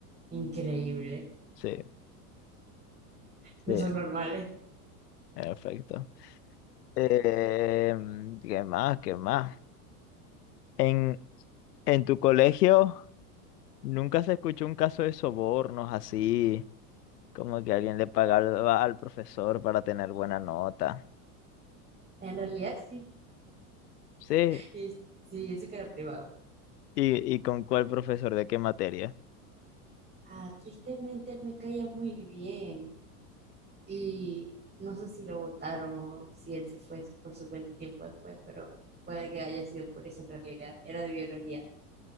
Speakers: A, on the right; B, on the left.
A: Increíble.
B: sí,
A: No
B: sí,
A: son normales.
B: perfecto. Eh, ¿qué más? ¿Qué más? En, en tu colegio nunca se escuchó un caso de sobornos así, como que alguien le pagaba al profesor para tener buena nota.
A: En realidad sí.
B: Sí,
A: Y, sí, y eso que era privado.
B: ¿y, y con cuál profesor de qué materia?
A: Ah, tristemente él me caía muy bien. y no sé si lo votaron o si él se fue por su cuenta tiempo después, pero puede que haya sido por eso en realidad. Era de biología.